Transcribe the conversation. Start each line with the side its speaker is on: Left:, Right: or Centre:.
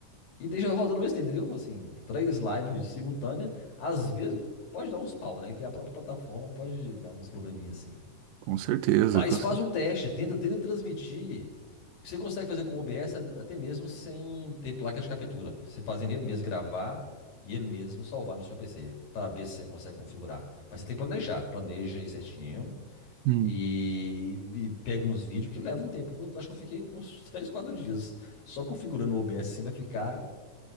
Left: E deixa rodando ao mesmo tempo, entendeu? Assim, três lives simultâneas. Às vezes pode dar uns pau, né? Que a própria plataforma pode dar uns probleminhas assim.
Right: Com certeza,
Left: Mas
Right: com certeza.
Left: faz um teste, tenta, tenta transmitir. O que você consegue fazer com o OBS até mesmo sem ter placa de captura. Você fazendo ele mesmo gravar e ele mesmo salvar no seu PC, para ver se você consegue configurar. Mas você tem que planejar, planeja aí certinho
Right: Hum,
Left: e, e pega uns vídeos, porque leva um tempo, viu? Acho que eu fiquei uns <laughs> 3, 4 dias só configurando o OBS assim pra ficar